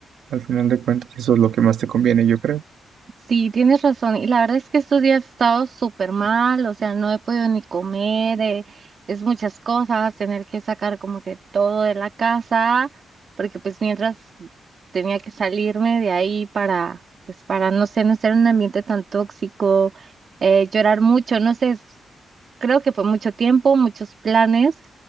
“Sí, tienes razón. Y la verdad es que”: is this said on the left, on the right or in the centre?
Right